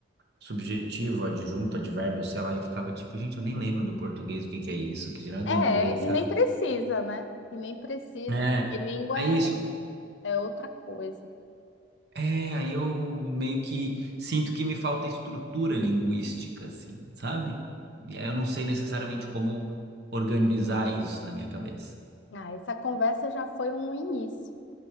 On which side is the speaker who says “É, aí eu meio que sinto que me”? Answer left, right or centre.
Right